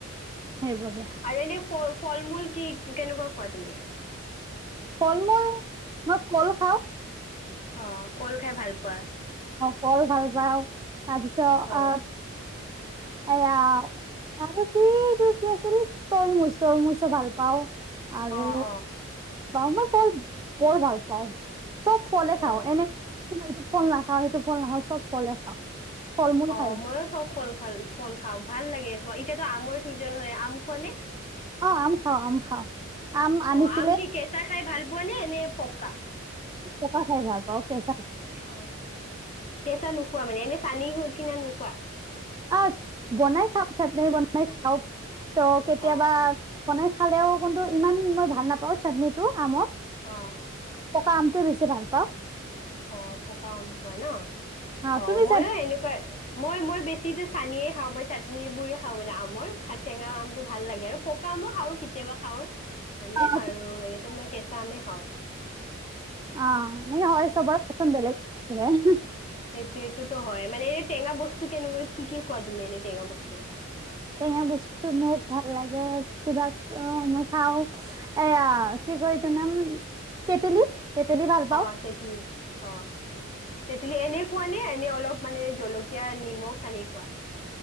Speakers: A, on the right (about 15°); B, on the left (about 30°).
A: সেইবাবে
B: আৰু এনেই ফ ফল মূল কি কেনেকুৱা খোৱা তুমি
A: ফল মূল মই কল খাওঁ
B: অ কল খাই ভাল পোৱা
A: অ কল ভাল পাওঁ তাৰপিছত
B: অ
A: আ এয়া আৱ আৰু কি তোৰ কি আছিল তৰমুজ তৰমুজো ভাল পাওঁ আৰু
B: অ অ
A: বামা ফল বৰ ভাল পাওঁ চব ফলে
B: অ
A: খাওঁ এনে শুন না খাওঁ সেইটো ফল নাখাওঁ চব ফলে খাওঁ ফল মূল
B: অ
A: খাই
B: মইয়ো চব ফল খালো ফল খাওঁ ভাল লাগে এতিয়াতো আমৰ চিজন হয় আম খোৱা নে
A: অ আম খাওঁ আম খাওঁ আম আনিছিলে
B: অ আম কি কেঁচা খাই ভাল পোৱা নে নে পকা
A: পকা খাই ভাল পাওঁ কেচা
B: অ কেঁচা নোখোৱা মানে এনে চানি কৰি কিনে নোখোৱা
A: অহ বনাই খাও চাটনি বনাই খাওঁ ত কেতিয়াবা
B: অ
A: বনাই খালেও কিন্তু ইমান মই ভাল নাপাওঁ চাটনি টো আম
B: অহ
A: পকা আমটোয়ে বেছি ভাল পাওঁ
B: অ পকা আম খোৱা ন
A: আহ
B: অ
A: তুমি
B: ময়ো এনেকোৱাই মই মই বেছি টো চানিয়ে খাওঁ মই চাটনি বোৰে খাওঁ মানে আমৰ ঠেঙা আমটো ভাল লাগে আৰু পকা আমো খাওঁ কেতিয়াবা খাওঁ মানে
A: চাটনি
B: আৰু এনেইতো মই কেঁচা আমে খাওঁ
A: অ নে হয় চবৰে পছন্দ বেলেগ থাকে হোমহ
B: সেইটোৱে তটো হয় মানে মানে এই টেঙা বস্তু কেনেকোৱা কি কি খোৱা তুমি এনেই টেঙা বস্তু
A: টেঙা বস্তু মোক ভাল লাগে কিবা অ মই খাওঁ এয়া কি কয় এইটো নাম তেতেলী তেতেলী ভাল পাওঁ
B: অ তেতেলী অ তেতেলী এনেই খোৱা নে এনে অলপ মানে জলকীয়া নিমখ সানি খোৱা